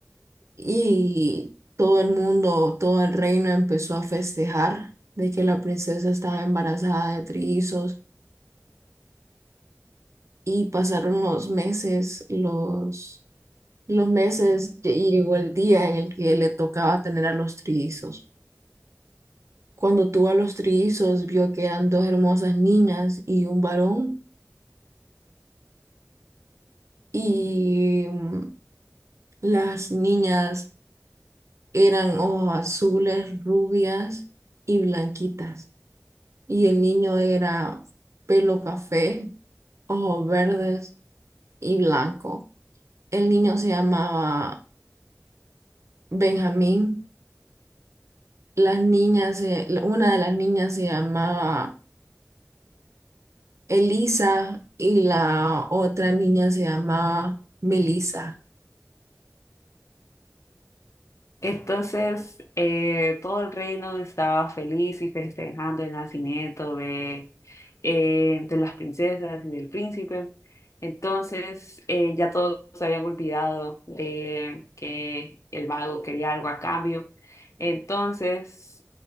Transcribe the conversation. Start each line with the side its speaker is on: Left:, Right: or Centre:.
Right: Y todo el mundo, todo el reino empezó a festejar de que la princesa estaba embarazada de trillizos. Y pasaron los meses, los, los meses, y llegó el día en el que le tocaba tener a los trillizos. Cuando tuvo a los trillizos, vio que eran dos hermosas niñas y un varón. Y mm, las niñas eran ojos azules, rubias y blanquitas. Y el niño era pelo café, ojos verdes y blanco. El niño se llamaba Benjamín. Las niñas, se- la- una de las niñas se llamaba Elisa y la otra niña se llamaba Melisa.
Left: Entonces, eh, todo el reino estaba feliz y festejando el nacimiento de, eh, de las princesas y del príncipe. Entonces, eh, ya todos se habían olvidado de que el mago quería algo a cambio. Entonces,